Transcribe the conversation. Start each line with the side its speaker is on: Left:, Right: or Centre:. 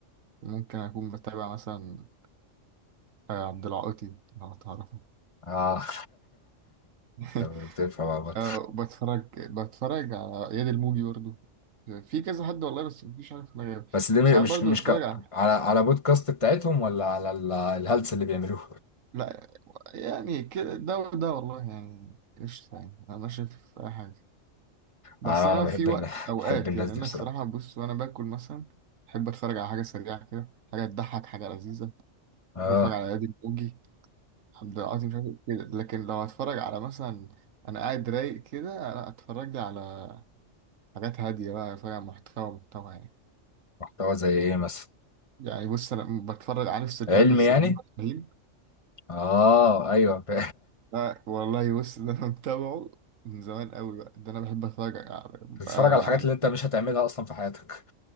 Right: ممكن اكون بتابع مثلا آه، عبد العاطي لو تعرفه
Left: اه <laughs>
Right: <laughs>
Left: طب بتفهم عامة.
Right: اه بتفرج بتفرج على اياد الموجي برضو في كذا حد والله بس مفيش عارف ما
Left: بس دي
Right: ساعات
Left: مش
Right: برضو
Left: مش
Right: بتفرج
Left: ك...
Right: على
Left: على على بودكاست بتاعتهم ولا على ال- الهلس اللي بيعملوه
Right: لا يعني كده ده وده والله يعني قشطة يعني انا شايف اي حاجة بس
Left: انا
Right: انا
Left: انا بحب
Right: في وقت
Left: الناس
Right: اوقات
Left: <laughs> بحب الناس
Right: يعني
Left: دي
Right: انا
Left: بصراحه
Right: الصراحه بص وانا باكل مثلا بحب اتفرج على حاجه سريعه كده حاجه تضحك حاجه لذيذه
Left: اه
Right: بتفرج على ادم اوجي عبد العاطي مش عارف إيه كده لكن لو هتفرج على مثلا انا قاعد رايق كده انا اتفرج لي على حاجات هاديه بقى اتفرج على محتوى محتوى يعني
Left: محتوى زي ايه مثلا
Right: يعني بص انا بتفرج عارف سيرفي-
Left: علم
Right: سيرفي
Left: يعني
Right: ابراهيم
Left: اه ايوه <laughs> ف-
Right: لا والله بص ده انا متابعه من زمان قوي بقى ده انا بحب اتفرج على بقى
Left: بتتفرج على الحاجات
Right: على
Left: اللي انت مش هتعملها اصلا في حياتك